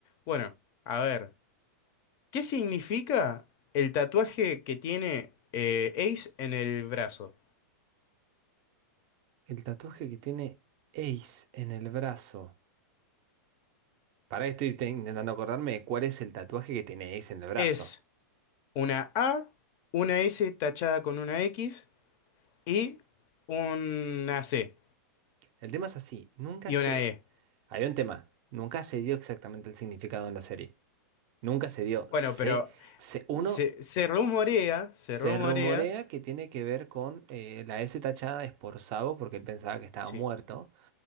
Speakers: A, on the left (about 35°); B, on the right (about 40°).
A: Bueno, a ver. ¿Qué significa el tatuaje que tiene eh, Ace en el brazo?
B: El tatuaje que tiene Ace en el brazo. Para estoy te- intentando acordarme de cuál es el tatuaje que tiene Ace en el brazo.
A: Es una A, una S tachada con una X y una C
B: El tema es así, nunca
A: y
B: se...
A: una E.
B: Hay un tema, nunca se dio exactamente el significado en la serie. Nunca se dio.
A: Bueno,
B: Se,
A: pero
B: se, uno
A: Se, se rumorea, se
B: Se
A: rumorea,
B: rumorea que tiene que ver con eh, la S tachada es por Sabo porque él pensaba que estaba
A: sí,
B: muerto,